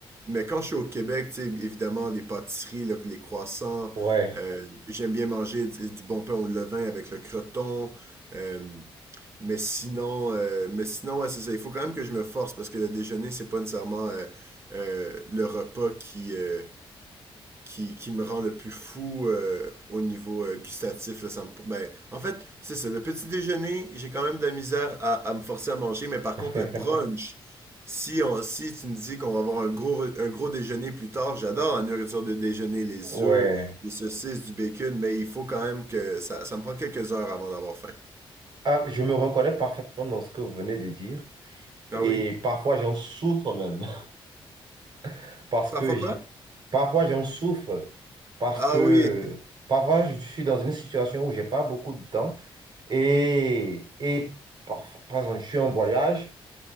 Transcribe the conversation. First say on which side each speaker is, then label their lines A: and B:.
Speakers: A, on the right; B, on the right.
A: mais quand je suis au Québec, tu sais, évidemment, les pâtisseries, le- les croissants,
B: ouais,
A: euh, j'aime bien manger du, du bon pain au levain avec le croton. Euh, mais sinon, euh, mais sinon, ouais, c'est ça. Il faut quand même que je me force parce que le déjeuner, c'est pas nécessairement euh, euh, le repas qui... euh, qui, qui me rend le plus fou euh, au niveau euh, gustatif. là, ça me- ben, en fait, c'est ça. Le petit déjeuner, j'ai quand même de la misère à, à me forcer à manger, mais par
B: <laughs>
A: contre, le brunch, si, on, si tu me dis qu'on va avoir un gros, un gros déjeuner plus tard, j'adore la nourriture de déjeuner, les
B: ouais.
A: œufs, les saucisses, du bacon, mais il faut quand même que ça, ça me prend quelques heures avant d'avoir faim.
B: Ah, je me reconnais parfaitement dans ce que vous venez de dire
A: Ah
B: et
A: oui.
B: parfois j'en souffre même <laughs> parce que
A: Parfois
B: j'ai-
A: quoi?
B: parfois j'en souffre parce
A: Ah
B: que
A: oui.
B: parfois je suis dans une situation où j'ai pas beaucoup de temps et, et parfois, par exemple, je suis en voyage.